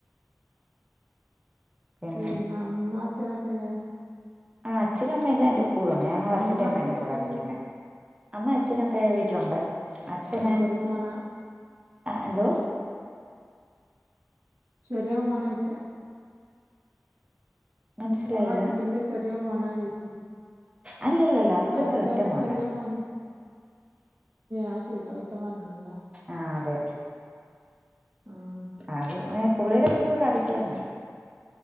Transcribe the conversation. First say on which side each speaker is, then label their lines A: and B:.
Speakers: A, on the right (about 20°); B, on the right (about 65°).
A: പിന്നെ
B: പിന്ന അമ്മ ആഛനക്കല്യാ
A: ആഹ്ച്ഛനും അമ്മയല്ല എ്ന്റെ കൂടെ ഉണ്ട് ഞന് ഞങ്ങടാ അച്ഛന്റെ
B: അമ്മാച്ചനൊക്കെല്ലേ
A: അമ്മേയുടെ കൂടാ നിൽന്നുന്നത് അമ്മ അച്ഛനൊക്കെ വീട്ടിലുണ്ട് അച്ഛന്
B: ആഹ് ചെറിയ മോനാ
A: ആഹ് എന്തോ
B: ചെറിയ മോനാഴ്ച്ച
A: മനസ്സിലായില്ല
B: ഞളെ ഹസ്ബൻന്റെ ചെറിയ മോനാ ചോയിച്ചത്
A: അല്ലല്ലല്ല ഹസ്ബൻഡ്
B: നിങ്ങളാ ഹസ്ബന്റെ
A: ഒറ്റ മോനാ
B: ചെറിയ മോന് ആഹ് ശരിയാ ഒറ്റ മോൻ ആണല്ല
A: ആഹ് അതെ
B: ആഹ്
A: അത് പുള്ളിയുടെ വീട് ഇവിടെ അടുത്ത് തന്നെയ